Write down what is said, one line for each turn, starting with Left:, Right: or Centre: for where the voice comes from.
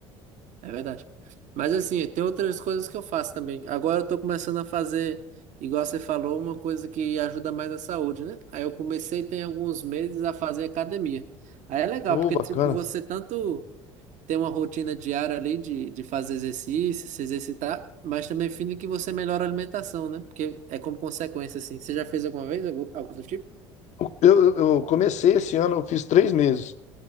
Right: É verdade. Mas assim, tem outras coisas que eu faço também. Agora eu tô começando a fazer, igual você falou, uma coisa que ajuda mais a saúde, né? Aí eu comecei tem alguns meses a fazer academia. Aí é legal,
Left: Ô,
Right: porque,
Left: bacana.
Right: tipo, você tanto. ter uma rotina diária ali de, de fazer exercício, se exercitar, mas também fim que você melhora a alimentação, né? Porque é como consequência, assim. Você já fez alguma vez algo, algo do tipo?
Left: Eu, eu comecei esse ano, eu fiz três meses.